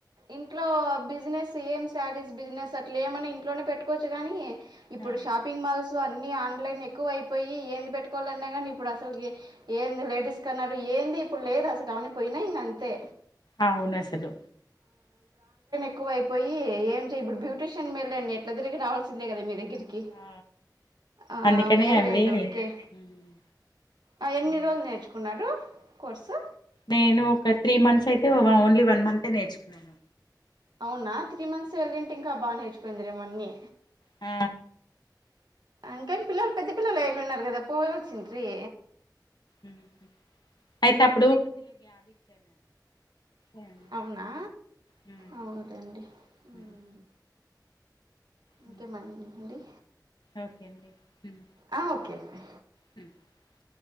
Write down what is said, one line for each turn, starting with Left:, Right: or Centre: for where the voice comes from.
Right: ఇంట్లో బిజినెస్ ఏం శారీస్ బిజినెస్ అట్లా ఏమన్నా ఇంట్లోనే పెట్టుకోవచ్చు కానీ ఇప్పుడు
Left: ఆ
Right: షాపింగ్ మాల్స్ లో అ ఆన్లైన్ ఎక్కువ అయిపోయి ఏంది పెట్టుకోవాలన్నా కానీ ఇప్పుడు అసలు ఏ లేడీస్ కన్నారు ఏ ఇపులేద అని పోయినాయి ఇంకా అంతే
Left: అవునసలు
Right: ఎక్కువైపొయ్యి ఏం ఇప్పుడు బ్యూటీషిన్ మేలేండి ఎట్ల దిరిగి రావల్సిందేగదా మీ దెగ్గరికి
Left: ఆ
Right: ఆ
Left: అందుకనే
Right: మేల్
Left: అవి
Right: రెండు ఓకే
Left: హ్మ్.
Right: ఆ ఎన్ని
Left: హ్మ్.
Right: రోజులు నేర్చుకున్నారు కొర్సు
Left: నేను ఒక త్రీ మంత్స్ అయితే ఓన్లీ వన్ మంతే నేర్చుకున్నా
Right: అవునా త్రీ మంత్స్ వెళ్లింటే ఇంకా బానేచ్ పొయిందరే మన్వి
Left: ఆ
Right: ఇంకా పిల్లలు పెద్ద పిల్లలు ఐగొనారు గదా పోవాల్సుంటిరి
Left: ఊహు యాహ్!
Right: అవునా
Left: హ్మ్.
Right: అవునుటండి మ్మ్
Left: హ్మ్. హ్మ్.
Right: ఓకే మ అండి
Left: ఓకే అండి మ్మ్
Right: ఆ, ఓకే ఓకే
Left: ఉ